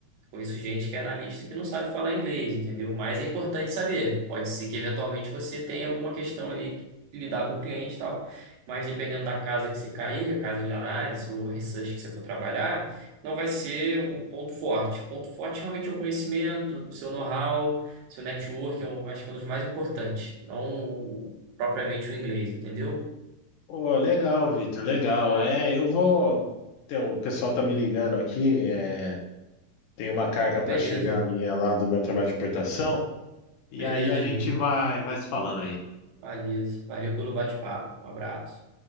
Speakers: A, on the right (about 80°); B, on the left (about 70°).
A: Conheço gente que é analista que não sabe falar inglês, entendeu? Mas é importante saber. Pode ser que eventualmente você tenha alguma questão ali que lidar com o cliente e tal. Mas dependendo da casa que você cair, a casa de análise ou research que você for trabalhar, não vai ser o ponto forte. O ponto forte realmente é o conhecimento, o seu know-how, seu network, eu acho que é um dos mais importantes. Não o- propriamente o inglês, entendeu?
B: Ô, legal, Vitor, legal. É, eu vou. Então, o pessoal tá me ligando aqui. é, tem uma carga para
A: Beleza,
B: chegar minha lá do meu trabalho de importação. E
A: beleza,
B: aí a gente
A: Ju.
B: vai, vai se falando aí.
A: Beleza. Valeu pelo bate-papo. Um abraço.